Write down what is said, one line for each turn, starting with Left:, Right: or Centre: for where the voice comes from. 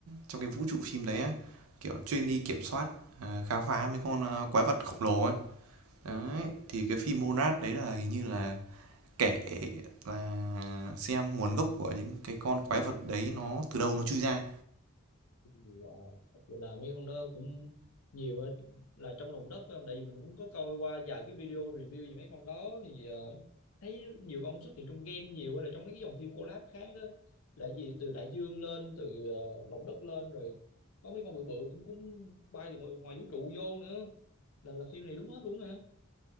Right: trong cái vũ trụ phim đấy á, kiểu chuyên đi kiểm soát à, khám phá mấy con à, quái vật khổng lồ ấy.
Left: Ồ.
Right: Đấy, thì cái phim Monarch đấy là hình như là kể là xem nguồn gốc của những cái con quái vật đấy nó từ đâu nó chui ra.
Left: Wow. Vậy là mấy con đó cũng nhiều á, là trong lòng đất phải không? Tại vì mình cũng có coi qua vài cái video review về mấy con đó thì ờ, thấy nhiều con xuất hiện trong game nhiều hay là trong mấy cái dòng phim collab khác á là gì từ đại dương lên từ ờ, lòng đất lên rồi có mấy con bự bự cũng cũng bay từ ngoài, ngoài vũ trụ vô nữa là là phim này đúng hết luôn hả?